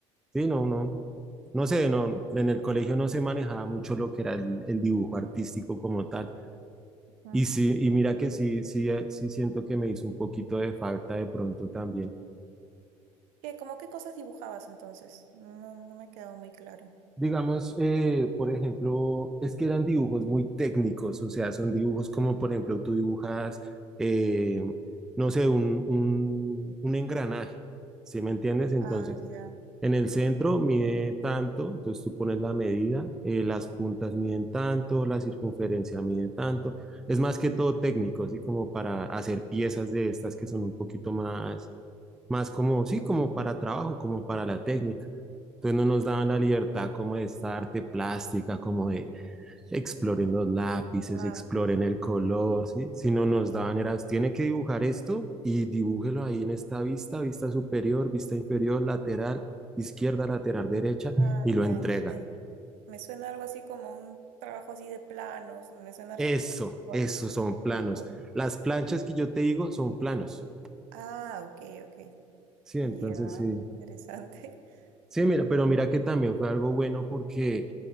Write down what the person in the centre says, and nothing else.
sí, no, no. No sé, no, en el colegio no se manejaba mucho lo que era el el dibujo artístico como tal.
Y sí, y mira que sí, sí, eh, sí siento que me hizo un poquito de falta de pronto también.
Digamos, eh, por ejemplo, es que eran dibujos muy técnicos, o sea, son dibujos como, por ejemplo, tú dibujas, eh, no sé, un, un, un engranaje, ¿sí me entiendes? Entonces,
en el
centro mide tanto, entonces tú pones la medida, eh, las puntas miden tanto, la circunferencia mide tanto, es más que todo técnico, así como para hacer piezas de estas que son un poquito más más como, sí, como para trabajo, como para la técnica. Entonces no nos daban la libertad como de esta arte plástica, como de exploren los lápices,
exploren
el color, ¿sí? Sino nos daban, era, tiene que dibujar esto y dibújelo ahí en esta vista, vista superior, vista inferior, lateral, izquierda, lateral, derecha,
y lo
entrega.
Eso,
esos
son planos. Las planchas que yo te digo son planos.
Sí, entonces
sí.
Sí, mira, pero mira que también fue algo bueno porque